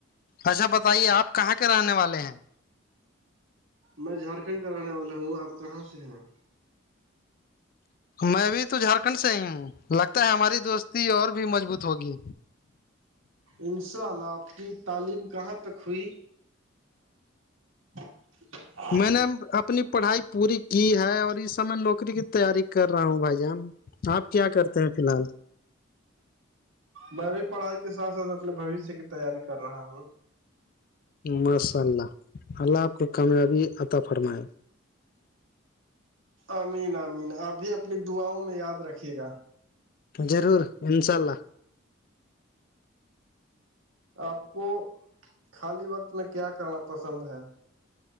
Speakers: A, on the left; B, on the right.
A: اچھا بتائیے آپ کہاں کے رہنے والے ہیں
B: میں جھارکھنڈ کا رہنے والا ہوں آپ کہاں سے ہیں
A: میں بھی تو جھارکھنڈ سے آئی ہوں لگتا ہے ہماری دوستی اور بھی مضبوط ہوگی
B: ان شاء اللہ آپ کی تعلیم کہاں تک ہوئی ج
A: میں نے اپنی پڑھائی پوری کی ہے اور اس سمے نوکری کی تیاری کر رہا ہوں بھائی جان آپ کیا کرتے ہیں فی الحال
B: میں بھی پڑھائی کے ساتھ ساتھ اپنے بوشیہ کی تیاری کر رہا ہوں
A: ماشاء اللہ اللہ آپ کو کامیابی عطا فرمائے
B: امین امین اپ بھی اپنی دعاؤں میں یاد رکھیے گا
A: ضرور انشاء اللہ
B: آپ کو خالی وقت میں کیا کرنا پسند ہے